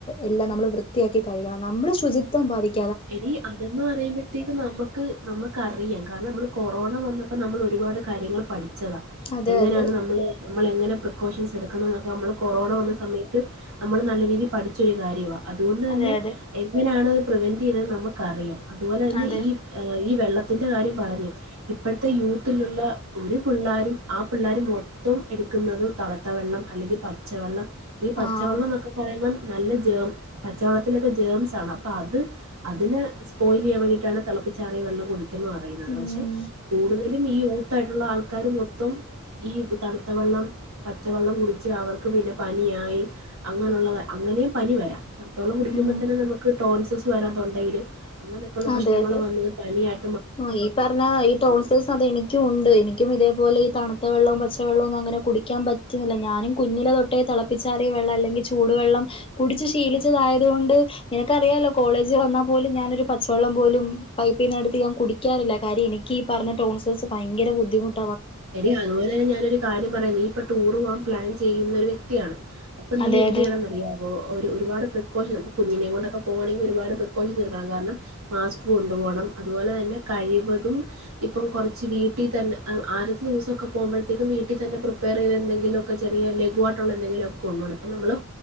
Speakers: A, on the left; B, on the right.
A: എല്ലാം നമ്മൾ വൃത്തിയാക്കി കഴുകണം നമ്മള് ശുചിത്വം പാലിക്കണം
B: എടി അതന്ന് പറയുമ്പോഴത്തേക്ക് നമുക്ക് നമുക്കറിയാം കാരണം നമ്മള് കൊറോണ വന്നപ്പോ നമ്മൾ ഒരുപാട് കാര്യങ്ങൾ പഠിച്ചതാ
A: അതെ
B: എങ്ങനെയാണ്
A: അതെ
B: നമ്മള് നമ്മള എങ്ങനെ പ്രിക്കോഷൻസ് എടുക്കണം എന്നൊക്ക നമ്മള് കൊറോണ വന്ന സമയത്ത് നമ്മള് നല്ല രീതിയിൽ പഠിച്ചൊരു കാര്യമാണ് അതുകൊണ്ട് തന്നെ
A: അതെ അതെ
B: എങ്ങനെയാണത് പ്രിവെൻറ് ചെയ്യുന്നതെന്ന് നമുക്കറിയാം അതുപോലെ തന്നെ
A: അതെ
B: ഈ ഈ വെള്ളത്തിന്റെ കാര്യം പറഞ്ഞു ഇപ്പോഴത്തെ യൂത്തിലുള്ള ഒരു പിള്ളാരും ആ പിള്ളാരു മൊത് മൊത്തം എടുക്കുന്നതും തണുത്ത വെള്ളം അല്ലെങ്കിൽ പച്ചവെള്ളം ഈ പച്ചവെള്ളം
A: ആഹ്
B: എന്നൊക്കെ പറയുമ്പോ നല്ല ജേം പച്ചവെള്ളത്തിലൊക്കെ ജേംസ് ആണ് അപ്പൊ അത് അതിനെ സ്പോയിൽ ചെയ്യാൻ വേണ്ടിട്ടാണ് തിളപ്പിച്ചാറിയ വെള്ളം കുടിക്കണന്ന് പറയുന്നത്
A: ഉം
B: പക്ഷെ കൂടുതൽ ഈ യൂത്ത് ആയിട്ടുള്ള ആൾക്കാരു മൊത്തം ഈ തണുത്ത വെള്ളം പച്ചവെള്ളം കുടിച്ച് അവർക്ക് പിന്നെ പനിയായി അങ്ങനുള്ള അങ്ങനെയും പനി വരാം തണുത്ത വെള്ളം കുടിക്കുമ്പോൾ
A: ഉം
B: തന്നെ നമുക്ക് ടോൺസസ് വരാം തൊണ്ടയില് അങ്ങനെയൊക്കെയുള്ള പ്രശ്നങ്ങൾ
A: അതെ അതെ
B: വന്നത് പനിയായി
A: ആ ഈ പറഞ്ഞ ഈ ടോൺസിൽസ് അതെനിക്കും ഉണ്ട് എനിക്കും ഇതേപോലെ തണുത്ത വെള്ളവും പച്ച വെള്ളവും അങ്ങനെ കുടിക്കാൻ പറ്റുന്നില്ല ഞാനും കുഞ്ഞിലെ തൊട്ടേ തെള പിച്ചാറിയ വെള്ളംഅല്ലെങ്കിൽ ചൂടു വെള്ളം കുടിച്ച് ശീലിച്ചതായതുകൊണ്ട് നിനക്കറിയാലോ കോളേജ് വന്നാ പോലും ഞാനൊരു പച്ചവെള്ളം പോലും പൈപ്പിൽ നിന്നെടുത്ത് ഞാൻ കുടിക്കാറില്ല കാര്യം എനിക്ക് ഈ പറഞ്ഞ ടോൺസഴ്സ് ഭയങ്കര ബുദ്ധിമുട്ട്
B: എടി അതുപോലെ തന്നെ ഞാനൊരു കാര്യം പറയാ നീ ഇപ്പൊ ടൂർ പോവാൻ പ്ലാൻ ചെയ്യുന്ന ഒരു വ്യക്തിയാണ് അപ്പൊ നീ
A: അതെ
B: എന്ത്
A: അതെ
B: ചെയ്യണമെന്നറിയാമോ ഒരു ഒരുപാട് പ്രിക്കോഷൻ കുഞ്ഞിനേം കൊണ്ടൊക്കെ പോകുകയാണെങ്കിൽ ഒരുപാട് പ്രിക്കോഷൻ എടുക്കണം കാരണം മാസ്ക് കൊണ്ടു പോണം അതുപോലെ തന്നെ കഴിവതും ഇപ്പം കുറച്ച് വീട്ടിൽ തന്നെ ആഹ് ദിവസൊക്കെ പോകുമ്പോഴത്തേക്കും വീട്ടിൽ തന്നെ പ്രിപ്പയർ ചെയ്ത എന്തങ്കിലുമൊക്കെ ചെറിയ ലഘുവായിട്ടുള്ള എന്തെങ്കിലും ഒക്കെ കൊണ്ട് പോണം അപ്പോ നമ്മള്